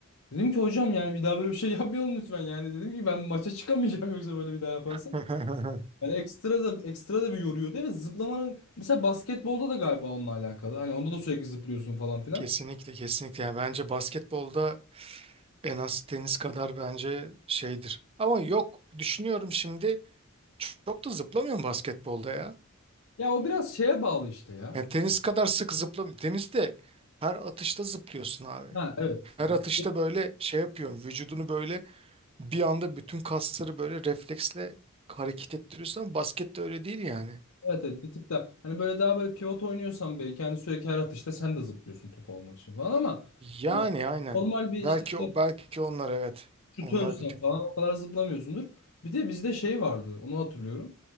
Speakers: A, on the left; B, on the right.
A: Dedim ki hocam yani bir daha böyle bir şey <laughs> yapmayalım lütfen. Yani dedim ki ben maça çıkamayacağım <laughs> yoksa böyle bir daha yaparsam.
B: <laughs>
A: Yani ekstra da ekstra da bir yoruyordu ve zıplamanın mesela basketbolda da galiba onunla alakalı. Hani onda da sürekli zıplıyorsun falan filan.
B: Kesinlikle kesinlikle. Yani bence basketbolda en az tenis kadar bence şeydir. Ama yok düşünüyorum şimdi çok da zıplamıyorum basketbolda ya.
A: Ya o biraz şeye bağlı işte ya.
B: Yani tenis kadar sık zıplamıyorum. Teniste her atışta zıplıyorsun abi.
A: Ha evet.
B: Her
A: Yani
B: atışta böyle şey yapıyorsun. Vücudunu böyle Bir anda bütün kasları böyle refleksle hareket ettiriyorsun ama baskette öyle değil yani.
A: Evet, evet bir tık da hani böyle daha böyle pivot oynuyorsan belki hani sürekli her atışta sen de zıplıyorsun topu almak için falan ama hani
B: Yani aynen.
A: normal bir işte
B: Belki o belki onlar evet.
A: şutörsen
B: Onlar bir tık
A: falan
B: da.
A: o kadar zıplamıyorsundur. Bir de bizde şey vardı onu hatırlıyorum.